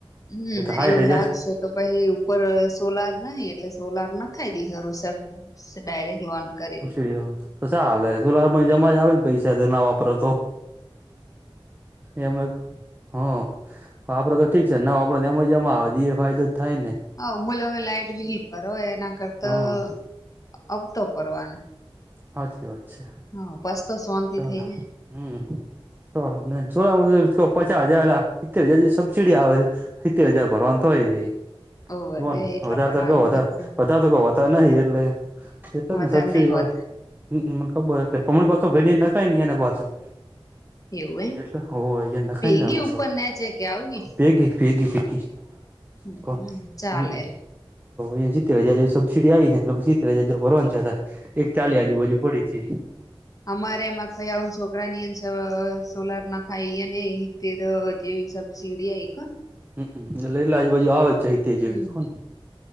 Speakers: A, on the left; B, on the right.
A: હમ
B: હાઈઠ
A: એવું
B: હજાર
A: લાગશે તો પાઈ ઉપર સોલાર નહી એટલે સોલાર ના ખાઈ દી ઘરું સબ ડાયરેક્ટ લોન કર
B: એ તો સા હાલ હ સુલા જમા જ આવે ને પૈસા તો ના વાપરો તો એમે હ આપડે તો ઠીક ના વાપર એ જમાં આવ દ એ ફાયદો જ થાય ને
A: હમલો અમે લાઈટ બિલ પર હો એના કરતા
B: હા
A: આવતો પરવાનો
B: હાચી વાત છે
A: હા બસ તો સોનથી
B: ચાલ
A: થઇ જાય
B: હમ સો ન સોલા મ પચાસ હજાર એિતતેર હજાર જે સબસિડી આવે સિત્તેર હજાર ભરવાનું થઈ જાયને
A: હોવે એ એટલા
B: વધારે
A: ભરવાનું
B: સર
A: થાય છે
B: વધ તો હોતા નહિ એટલે એટલે
A: વધારે
B: જ ને સબસીિડી
A: નહી હોત
B: વાળ હમમને ખબર તમામણી પાછ ભ નખાય ન એને પાછું
A: એવું એમ
B: એટલે હોને દખાયને
A: ભેગી ઉપર
B: શું
A: નેચે કે આવગી
B: ભેગી ભેગી ભેગી
A: હમ
B: કો
A: ચાલે
B: હમ હ એ જતે જ સ ચિડી આવી ને એટલે સીતે ફરવાન છ એક ચાલી આજુબાજુ પડી છે
A: અમારેમાં ભાઈ આવ છોકરા ની એ સોલાર નાખ ખાઈ અને અને હ તો જેવી સબ સીડી આ કો
B: હમ લઈલાજ બાજુ આવે જ જાય તે જેવી
A: હમ
B: કોને